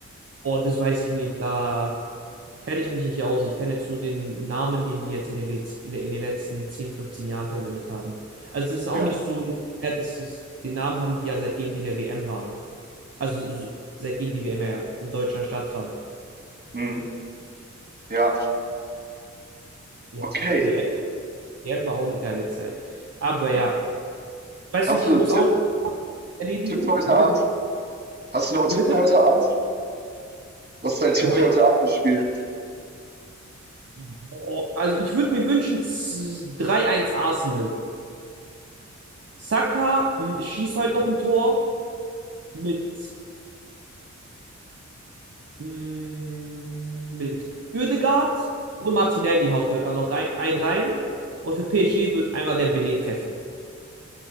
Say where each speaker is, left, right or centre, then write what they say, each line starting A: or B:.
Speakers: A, on the right; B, on the right.
A: Oh, das weiß ich nicht. Da kenne ich mich nicht aus. Ich kenne jetzt nur den Namen, den die jetzt in den, Letz in den letzten 10, 15 Jahren verwendet haben. Also das ist auch
B: Ja.
A: nicht so lange her, das ist, den Namen haben die ja seitdem die in der WM waren. Also so, seitdem die WM ja in Deutschland stattfand.
B: Mhm. Ja.
A: Ja,
B: Okay.
A: WM, WM war auch eine geile Zeit. Aber
B: Ja.
A: ja, weißt
B: Hast
A: du, ich
B: du
A: muss
B: einen Tipp,
A: auch noch erledigen.
B: Tipp für heute
A: Wie
B: Abend?
A: bitte?
B: Hast du noch einen
A: Wie
B: Tipp
A: bitte?
B: für heute Abend? Was ist dein Tipp
A: Boah,
B: für heute Abend fürs Spiel?
A: Boah, Also ich würde mir wünschen z- 3-1 Arsenal. Saka m, schießt heute noch ein Tor mit, m, mit Ødegaard und Martinelli haut heute auch noch rein, einen rein. Und für PSG wird einmal Dembélé treffen.